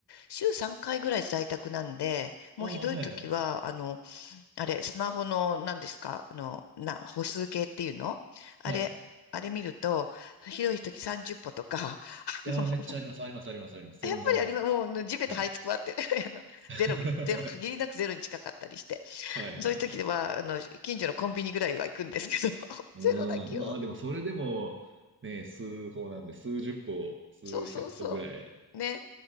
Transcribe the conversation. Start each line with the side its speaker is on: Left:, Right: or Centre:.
Left: 週3回ぐらい在宅なんで、もうひどい時は、
Right: ああ、はいはいはい。
Left: あの、あれ、スマホの、何ですか、あの、な、歩数計っていうのあれ、
Right: はい。い
Left: あれ見ると、ひどい時30歩とか、
Right: やー、
Left: <laughs>
Right: めっちゃあります。あります、あります、あります。全然あります。
Left: やっぱりあります。もう、地べた這いつくばって、
Right: はい。
Left: <laughs>
Right: <laughs>
Left: ゼロゼロ、限りなくゼロに近かったりして、
Right: はいはいはい。
Left: そういう時は、あの、近所のコンビニぐらいは行くんですけど、<laughs>
Right: う
Left: ゼロだけを。
Right: ん、まあでもそれでも、ね、数歩なんで、数十歩、数百歩ぐらい。
Left: そうそうそう。ね。